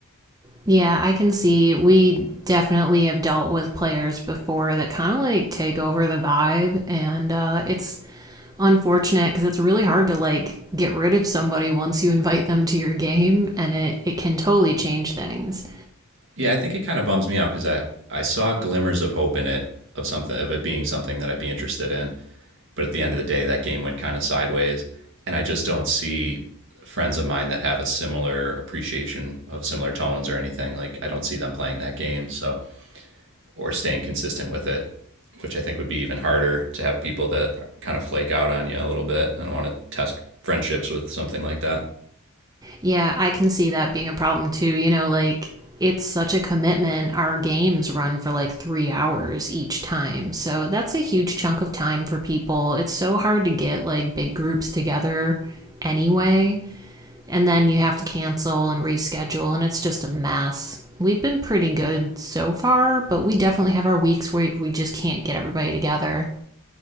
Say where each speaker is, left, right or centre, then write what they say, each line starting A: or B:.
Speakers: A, on the right; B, on the right.
A: Yeah, I can see we definitely have dealt with players before that kind of like take over the vibe and uh it's unfortunate because it's really hard to like get rid of somebody once you <laughs> invite them to your game and it, it can totally change things.
B: Yeah, I think it kind of bums me out because I, I saw glimmers of hope in it, of something, of it being something that I'd be interested in. But at the end of the day, that game went kind of sideways. And I just don't see friends of mine that have a similar appreciation of similar tones or anything. Like, I don't see them playing that game. So, or staying consistent with it, which I think would be even harder to have people that kind of flake out on you a little bit. I don't want to test friendships with something like that.
A: Yeah, I can see that being a problem too. You know, like it's such a commitment. Our games run for like three hours each time. So that's a huge chunk of time for people. It's so hard to get like big groups together anyway. and then you have to cancel and reschedule, and it's just a mess. We've been pretty good so far, but we definitely have our weeks where we just can't get everybody together.